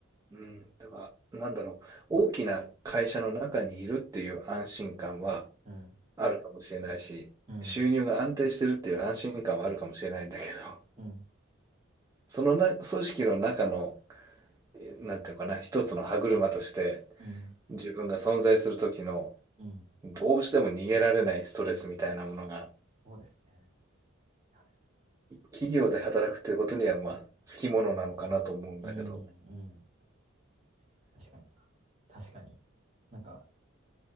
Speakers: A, on the right (about 15°); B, on the right (about 30°).
A: うん。だから、なんだろう。大きな会社の中にいるっていう安心感は
B: うん、
A: あるかもしれないし、
B: うん、
A: 収入が安定してるっていう安心感はあるかもしれないんだけど、
B: うん、
A: そのな、組織の中の、えなんていうのかな、一つの歯車として、
B: うん、
A: 自分が存在する時の
B: うん。
A: どうしても逃げられないストレスみたいなものが
B: そうですね。はい
A: 企業で働くということにはまあつきものなのかなと思うんだけど。
B: うん、うん。確かにな。確かに。なんか、